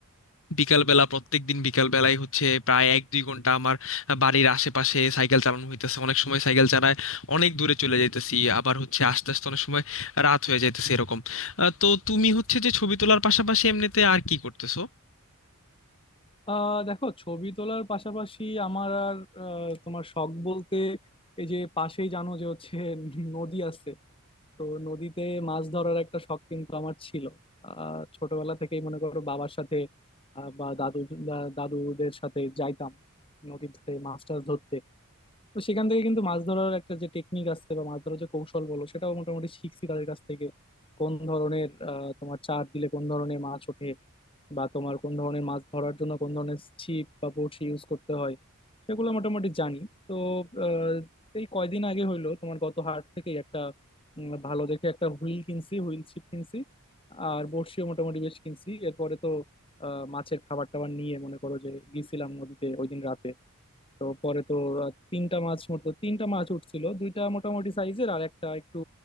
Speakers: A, on the left (about 65°); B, on the left (about 25°).
A: বিকালবেলা প্রত্যেক দিন বিকালবেলায় হচ্ছে প্রায় এক দুই ঘন্টা আমার বাড়ির আশেপাশে সাইকেল চালানো হইতেছে অনেক সময় সাইকেল চালায় অনেক দূরে চলে যাইতেছি আবার হচ্ছে আস্তে আস্তে অনেক সময় রাত হয়ে যাইতেছে এরকম আহ, তো তুমি হচ্ছে যে ছবি তোলার পাশাপাশি এমনিতে আর কি করতেছো
B: আহ দেখো ছবি তোলার পাশাপাশি আমার আর আহ, তোমার শখ বলতে এই যে পাশেই জানো যে হচ্ছে নদী আছে তো নদীতে মাছ ধরার একটা শখ কিন্তু আমার ছিল আহ ছোটবেলা থেকেই মনে করো বাবার সাথে আহ, বা দাদু দা- দাদুদের সাথে যাইতাম নদীর ধারে মাছ টাছ ধরতে তো সেখান থেকে কিন্তু মাছ ধরার একটা যে টেকনিক আছে বা মাছ ধরার যে কৌশল বলো সেটাও মোটামুটি শিখছি তাদের কাছ থেকে কোন ধরনের আহ, তোমার চার দিলে কোন ধরনের মাছ ওঠে বা তোমার কোন ধরনের মাছ ধরার জন্য কোন ধরনের ছিপ বা বড়শি ইউজ করতে হয় সেগুলো মোটামুটি জানি তো আহ, এই কয়দিন আগে হইলো তোমার গত হাট থেকে একটা উম, ভালো দেখে একটা হুইল কিনছি হুইল ছিপ কিনছি আর বড়শিও মোটামুটি বেশ কিনছি এরপরে তো আহ, মাছের খাবার টাবার নিয়ে মনে করো যে গেছিলাম নদীতে ওই দিন রাতে তো পরে তো আহ, তিনটা মাছ মতো তিনটা মাছ উঠছিল দুইটা মোটামুটি সাইজের আর একটা একটু